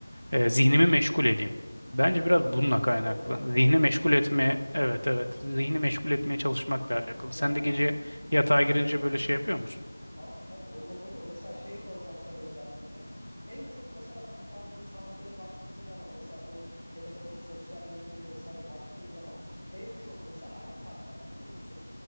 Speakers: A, on the right; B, in the centre.
A: eee, zihnimi meşgul edeyim. Bence
B: Yine
A: biraz
B: bakayım
A: bununla
B: diyorsun.
A: kaynaklı.
B: Yine telefona
A: Zihni
B: geçeyim
A: meşgul
B: diyorsun.
A: etmeye, evet evet, zihni meşgul etmeye çalışmakla alakalı.
B: Ya
A: Sen de
B: bak
A: gece yatağa
B: şöyle
A: girince böyle şey yapıyor musun?
B: Tabii tabii olmaz olur mu? Mesela şey soracağım sana özellikle. En çok mesela kullandığın saatlere baktığın zaman mesela bu telefonu, sosyal medyayı vesaire baktığın zaman en çok mesela hangi saatlerde kullanıyorsun?